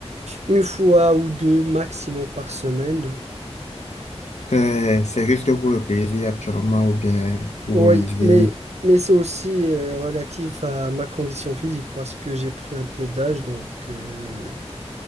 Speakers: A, on the right; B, on the left.
A: une fois ou deux maximum par semaine.
B: c'est c'est juste pour le plaisir actuellement ou bien vous
A: Oui,
B: visez
A: mais, mais c'est aussi euh, relatif à ma condition physique parce que j'ai pris un peu d'âge, donc euh,